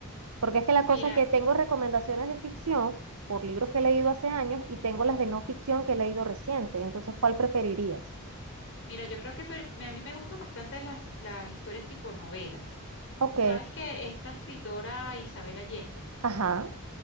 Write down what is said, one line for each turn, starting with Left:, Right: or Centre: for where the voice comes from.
Right: Porque es que la cosa
Left: Mira,
Right: es que tengo recomendaciones de ficción por libros que he leído hace años y tengo las de no ficción que he leído reciente. Entonces, ¿cuál preferirías?
Left: mira, yo creo que per- me- a mí me gustan bastante las, las historias tipo novelas.
Right: Ok.
Left: ¿Sabes que esta escritora Isabel Allende?
Right: Ajá.